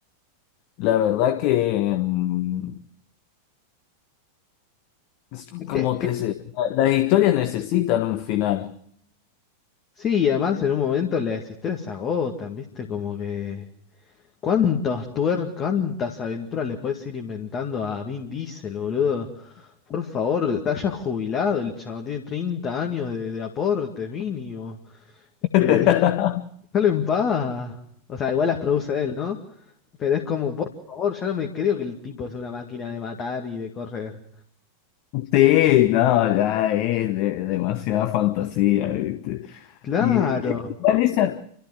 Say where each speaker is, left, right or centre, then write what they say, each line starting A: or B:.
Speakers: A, on the left (about 45°); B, on the left (about 25°).
A: la verdad que mm, es
B: Es
A: como
B: que, es
A: que se, la- las historias necesitan un final.
B: Sí, y además en un momento las historias se agotan, ¿viste? Como que. ¿Cuántos tuer, cuántas aventuras le puedes ir inventando a Vin Diesel, boludo? Por favor, está ya jubilado el chabón, tiene 30 años de, de aportes mínimo.
A: <laughs>
B: Eh, <laughs> déjalo en paz. O sea, igual las produce él, ¿no? Pero es como, por favor, ya no me creo que el tipo sea una máquina de matar y de correr.
A: Sí, no, ya es de- demasiada fantasía, ¿viste?
B: Claro.
A: Y eh, igual esa-